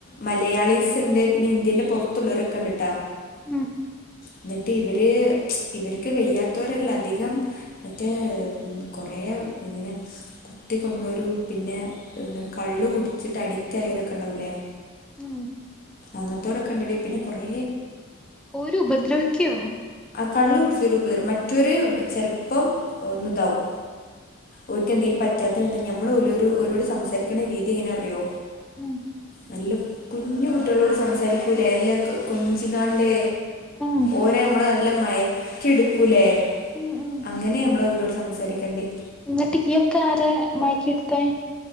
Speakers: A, on the left; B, in the centre.
A: മലയാളീസ് ഇണ്ട് പിന്നെ ഇന്ത്യന്റെ പൊറത്തുള്ളവരൊക്കെ ഉണ്ട് ട്ടാ
B: ഉം
A: എന്നിട്ട് ഇവര് ഇവർക്ക് വെയ്യാത്തവരല്ല അധികം മറ്റേ കൊറയ ഇങ്ങനെ കുത്തി കൊന്നവരും പിന്നെ കള്ള് കുടിച്ചിട്ട് അഡിക്റ്റ് ആയവരൊക്കെ ഉണ്ടാവൂലേ
B: ഉം
A: അങ്ങനത്തോരൊകേ ഉണ്ടടീ പിന്നെ കൊറെ
B: ഓരുപദ്രവിക്കോ
A: കള്ള് കുടിച്ചരുപതരം മറ്റൊരു ചെലപ്പം ഒന്ന് ഇതാവും ഒർക്ക് എന്തെങ്കിലും പറ്റാത്തത്ണ്ടെങ്കിൽ ഞമ്മൾരോട് സംസാരി ക്കണ രീതി എങ്ങനെ അർയോ
B: ഉം
A: നല്ല കുഞ്ഞ് കുട്ടികളോട് സംസാരിക്കൂല്ലേ നല്ല കൊഞ്ചികാണ്ട്
B: ഉം
A: ഓരേ മ്മള് ന നല്ല മയക്കിയേടുക്കൂലേ
B: ഉം ഉം
A: അങ്ങനെ നമ്മള് ഇവരോട് സംസാരിക്യാണ്ടേയ്
B: എന്നിട്ട് കീ ഒക്കെ ആരാ മയക്കി എടുത്തേ